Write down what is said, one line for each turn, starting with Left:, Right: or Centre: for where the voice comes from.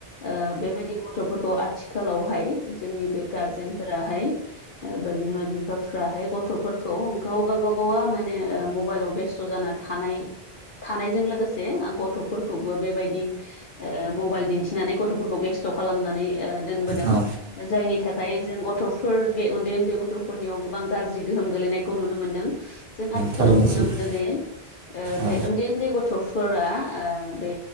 Left: ओ बेबायदि गथ'फोरखौ आथिखालावहाय जोंनि बे गारजेनफोराहाय ओ बा बिमा बिफाफ्राहाय गथ'फोरखौ गावगाबागावा माने ओ मबाइलाव बेस्थ' जानानै थानाय थानायजों लोगोसे ओ गथ'फोरखौबो बेबायदि ओ मबाइल दिन्थि नानै गथ'फोरखौ बेस्थ' खालामनानै ओ दोनबोदों
Right: औ
Left: जायनि थाखाय जों गथ' फोर बे उन्दै उन्दै गथ'फोरनियाव गोबां गाज्रि गोहोम गोलैनायखौ नुनो मोनदों जों आथिखालाव
Right: थारैनो
Left: नुनो
Right: सैथो
Left: मोनो दे ओ बे
Right: औ
Left: उन्दै उन्दै गथ'फोरा बे